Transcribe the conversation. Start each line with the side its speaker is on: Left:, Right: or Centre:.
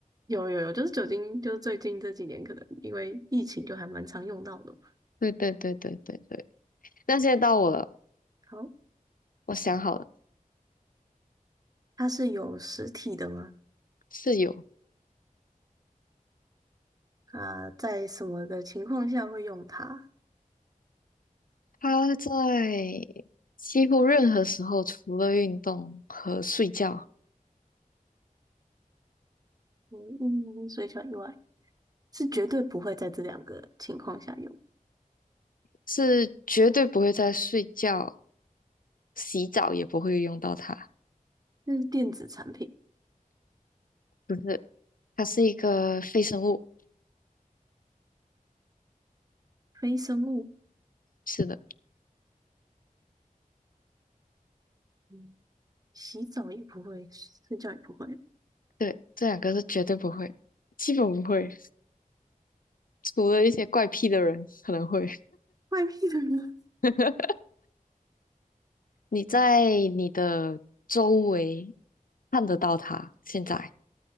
Right: 有有有，就是酒精，就是最近这几年可能因为疫情就还蛮常用到的。
Left: 对对对对对对。那现在到我了，
Right: 好，
Left: 我想好了，
Right: 它是有实体的吗？
Left: 室友，
Right: 啊，在什么的情况下会用它？
Left: 他在几乎任何时候，除了运动和睡觉，
Right: 嗯嗯，水饺以外是绝对不会在这两个情况下用，
Left: 是绝对不会在睡觉、洗澡也不会用到它。
Right: 那是电子产品，
Left: 不是，它是一个非生物。
Right: 非生物。
Left: 是的。
Right: 嗯，洗澡也不会，睡觉也不会。
Left: 对，这两个是绝对不会，基本不会，除了一些怪癖的人可能会。
Right: 外面的人，
Left: <laughs> 你在你的周围看得到它，现在